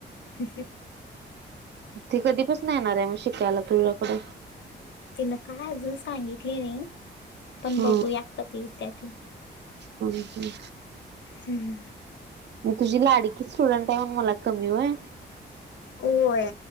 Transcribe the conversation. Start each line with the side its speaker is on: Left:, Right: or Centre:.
Left: ही, ह
Right: ती कधी पसन येणार हाय, म शिकायला तुझ्याकडे?
Left: तिनं काय अजून, सांगितली नाही पण
Right: हम्म
Left: बघूया कधी येत्या ती?
Right: हम्म हम्म.
Left: हंम
Right: मी तुझी लाडकी स्टुडंट हाय म्हणून मला कमी होय?
Left: होय